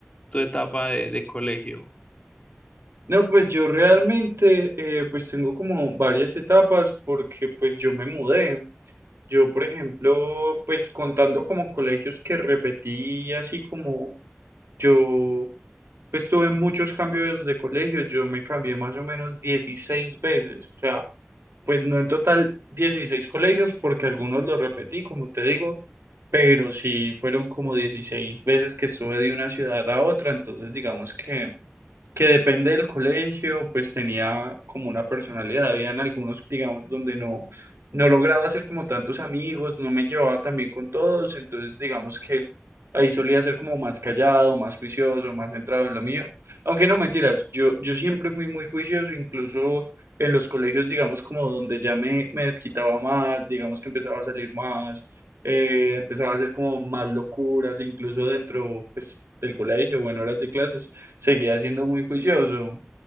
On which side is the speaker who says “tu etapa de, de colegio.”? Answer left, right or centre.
Left